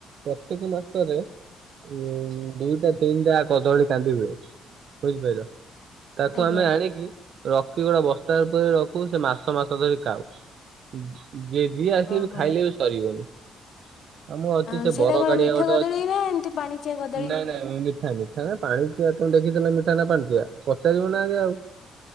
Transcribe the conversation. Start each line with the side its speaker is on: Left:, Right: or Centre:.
Right: ପ୍ରତ୍ୟେକ ମାସରେ ଉଁ ଦୁଇଟା ତିନଟା କଦଳୀ କାନ୍ଧି ହୁଏ, ବୁଝିପାଇଲ? ତାକୁ
Left: ଆଜ୍ଞା
Right: ଆମେ ଆଣିକି ରଖି ଗୋଟେ ବସ୍ତାରେ ପୁରେଇ ରଖୁ ସେ ମାସ ମାସ ଧରି କାଉ। ଉଁ ଯିଏ ଯିଏ ଆସିଲେ
Left: ଓହୋ
Right: ବି ଖାଇଲେ ବି ସରିବନି। ଆମ ଅଛି
Left: ଆଉ
Right: ସେ
Left: ସେଇଟା
Right: ବର
Left: କଣ
Right: ଗାଡିଆ
Left: ମିଠା
Right: ଗୋଟେ
Left: କଦଳୀ
Right: ଅଛି।
Left: ନା ଏମିତି ପାଣିଚିଆ କଦଳୀ?
Right: ନାଇଁ ନାଇଁ ମିଠା ମିଠା କ ପାଣି <unintelligible> <unintelligible> ମିଠା ନା ପାଞ୍ଚିଆ ପଚାରିବ ନା ଆଗେ ଆଉ।